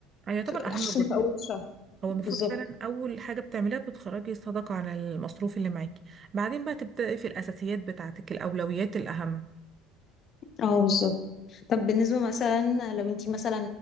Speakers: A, on the right; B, on the left.
A: يعني يعتبر اهم
B: خصوصا
A: جزء
B: في اول الشهر
A: هو المفروض
B: بالظبط
A: فعلا اول حاجه بتعمليها بتخرجي صداقه عن المصروف اللي معاكي بعدين بقى تبداي في الاساسيات بتاعتك الاولويات الاهم
B: اه بالظبط طب بالنسبة مثلا لو انتي مثلا